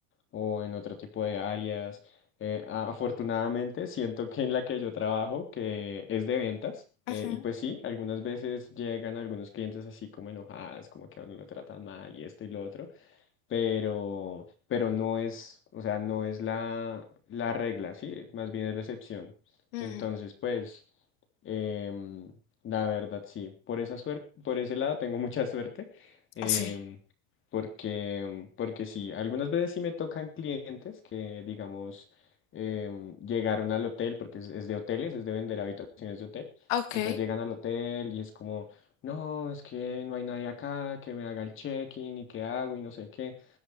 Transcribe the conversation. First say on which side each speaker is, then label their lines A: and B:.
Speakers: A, on the left; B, on the left.
A: o en otro tipo de áreas. Eh, a- afortunadamente, siento que en la que yo trabajo, que es de ventas,
B: ujú,
A: eh, y pues sí, algunas veces llegan algunos clientes así como enojadas, como que a uno lo tratan mal y esto y lo otro pero, pero no es, o sea, no es la, la regla, sí, más bien es la excepción.
B: mm,
A: Entonces, pues, em, la verdad, sí, por esa suerte, por ese lado tengo <laughs> mucha suerte, em,
B: sí,
A: porque, porque sí, algunas veces sí me tocan clientes que, digamos, em, llegaron al hotel, porque es, es de hoteles, es de vender habitaciones de hotel,
B: ok.
A: entonces llegan al hotel y es como... No, es que no hay nadie acá que me haga el check-in y qué hago y no sé qué.